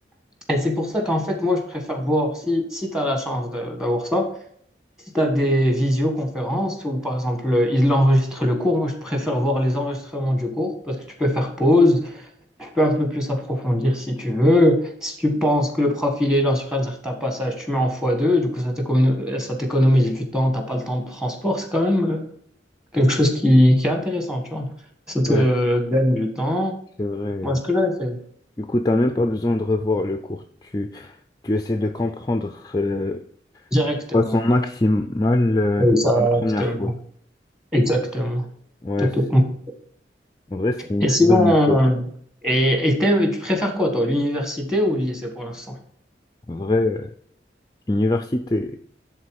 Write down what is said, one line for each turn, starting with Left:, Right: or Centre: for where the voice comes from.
Centre: Et c'est pour ça qu'en fait, moi, je préfère voir si, si t'as la chance de- d'avoir ça. Si tu as des visioconférences ou par exemple, ils enregistrent le cours, moi je préfère voir les enregistrements du cours parce que tu peux faire pause, tu peux un peu plus approfondir si tu veux. Si tu penses que le prof il est là sur un certain passage, tu mets en x2, du coup ça t'écono- ça t'économise du temps, t'as pas le temps de transport, c'est quand même euh, quelque chose qui, qui est intéressant, tu vois. Ça te
Left: Ouais,
Centre: gagne du temps.
Left: c'est vrai.
Centre: Moi, ce que j'avais fait
Left: Du coup, tu n'as même pas besoin de revoir le cours. Tu, tu essaies de comprendre euh,
Centre: directement.
Left: de façon maximale euh,
Centre: Exactement.
Left: la première fois.
Centre: Exactement.
Left: Ouais,
Centre: T'as tout
Left: c'est-
Centre: compris.
Left: en vrai, c'est une
Centre: Et
Left: très
Centre: sinon,
Left: bonne méthode.
Centre: et, et t'aimes- tu préfères quoi, toi, l'université ou le lycée pour l'instant?
Left: En vrai, euh, l'université.